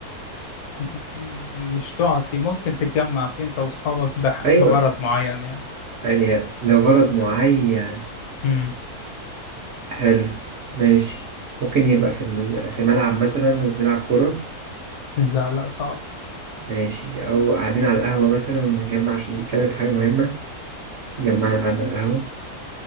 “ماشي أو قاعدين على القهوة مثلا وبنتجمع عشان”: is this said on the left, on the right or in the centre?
Right